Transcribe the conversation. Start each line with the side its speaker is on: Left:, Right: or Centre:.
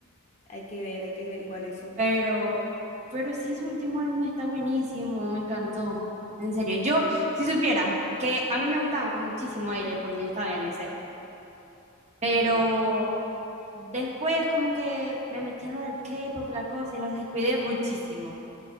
Left: Hay que ver, hay que averiguar eso.
Right: Pero. Pero sí, su último álbum está buenísimo. Me encantó. En serio. Yo, si supieras que a mí me gustaban muchísimo ellos cuando yo estaba en el liceo. Pero.
Left: Ok.
Right: Después, como que me metí en lo del K-pop, la cosa, y los descuidé muchísimo.